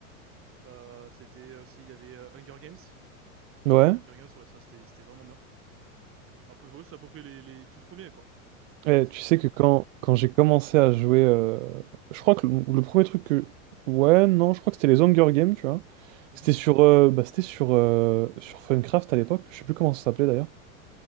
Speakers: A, on the right; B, on the right.
A: euh, c'était aussi, il y avait euh, Hunger Games.
B: Ouais.
A: Hunger Games, ouais, ça, c'était c'était vraiment bien. À peu, ouais, c'est à peu près les, les tout premiers, quoi,
B: Eh,
A: qui
B: tu
A: sont sortis.
B: sais que quand, quand j'ai commencé à jouer, euh, je crois que le, le premier truc que... Ouais, non, je crois que c'était les Hunger Games, tu vois.
A: Mhm.
B: C'était sur, euh, bah, c'était sur, euh, sur Funcraft à l'époque, je sais plus comment ça s'appelait d'ailleurs.